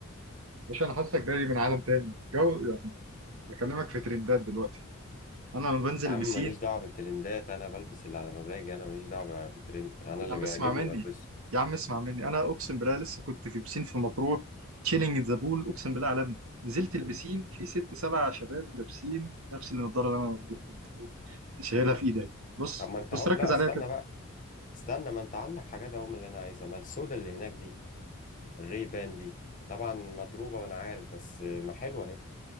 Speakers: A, on the right; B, on the left.
A: مش انا حاسك جاي من عالم تاني الجو يعني بكلمك في ترندات دلوقتي انا لما بنزل
B: يا
A: البسين
B: عم ماليش دعوه بالترندات انا بلبس اللي على مزاجي انا ماليش دعوه بالترند انا اللي
A: يا عم
B: بيعجبني
A: اسمع مني
B: بلبسه
A: يا عم اسمع مني انا اقسم بالله لسه كنت في بسين في مطروح تشيلنج ذا بول اقسم بالله عالمي نزلت البسين في ست سبع شباب لابسين نفس النضاره اللي انا شايلها في ايدي بص
B: طب ما انت
A: بص
B: هو
A: ركز
B: لا
A: عليها
B: استنى
A: كده
B: بقى استنى ما انت عندك حاجات اهو من اللي انا عايزها ما السودا اللي هناك دي الري بان دي طبعا مضروبة وانا عارف بس ما حلوة اهي